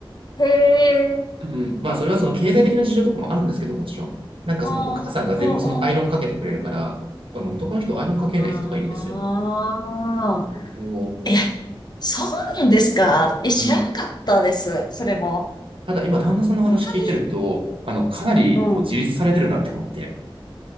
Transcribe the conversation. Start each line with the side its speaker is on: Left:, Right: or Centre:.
Left: へえ。
Right: うん、まあ、それはその経済的な事情とかもあるんですけど、もちろん。なんかそのお母さんが全部そのアイロンかけてくれるから、
Left: ああ、おうおう
Right: あの男の人アイロンかけない人とかいるんですよ。
Left: ああ。
Right: お
Left: え、そうなんですかえ、
Right: うん、
Left: 知らなかったです。それも。
Right: ただ今、旦那さんの話聞いてると、
Left: 本当に。
Right: あの、かなりもう自立されてるなって思って。
Left: うん。